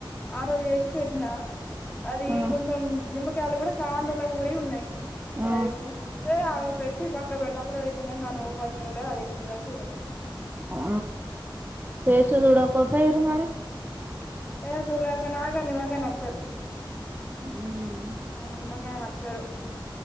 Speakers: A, on the left (about 20°); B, on the right (about 20°).
A: ఆ రోజు వేసి పెట్టిన అది
B: ఆ
A: కొంచెం నిమ కాయలు కూడా సాండల ఊరి ఉన్నాయి మ
B: ఆ
A: చూతే పెట్టి పక్క పె డబ్బలో వెట్ వన్ ఇయ లో అది ఎట్లు ఉన్నో చూడడి
B: ఆ కేసు చూడా కోప్ప ఇరు మరి
A: ఏ చూల్క నాగ ని మగా నచ్చ
B: ఉమ్
A: మ ఎమకాయ నచ్చారు